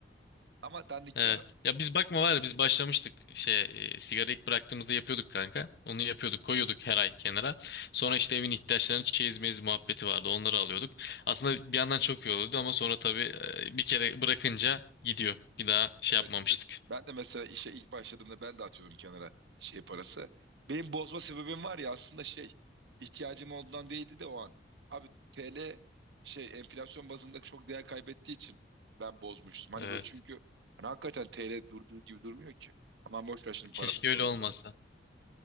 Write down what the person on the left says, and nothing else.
Evet.
Ya biz bakma var ya biz başlamıştık şey e, sigara ilk bıraktığımızda yapıyorduk kanka. Onu yapıyorduk koyuyorduk her ay kenara. Sonra işte evin ihtiyaçlarını çeyiz meyiz muhabbeti vardı onları alıyorduk. Aslında bir yandan çok iyi oluyordu ama sonra tabii e, bir kere bırakınca gidiyor. Bir daha şey yapmamıştık.
Evet.
Keşke
öyle
olmasa.